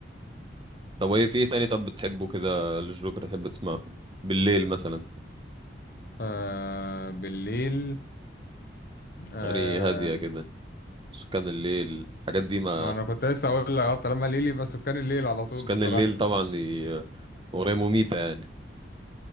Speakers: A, on the right; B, on the left.
A: طب وايه في ايه تاني طب بتحبه كده للجوكر تحب تسمعه بالليل مثلا
B: آه بالليل آه
A: اغاني هاديه كده سكان الليل الحاجات دي ما
B: ما انا كنت لسه اقول لك اه طالما ليلي بس كان الليل على طول
A: سكان
B: بصراحه
A: الليل طبعا دي اغنيه مميته يعني